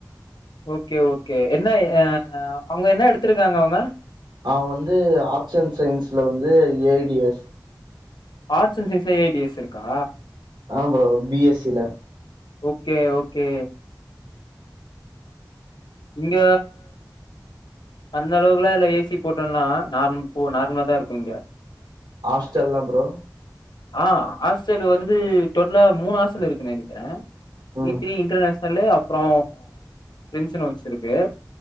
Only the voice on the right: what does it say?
அவன் வந்து ஆர்ட்ஸ் அண்ட் சயின்ஸ்ல வந்து ஏ டி எஸ்
ஆ ப்ரோ பி எஸ் சி ல
ஹாஸ்டல்லா ப்ரோ
ம்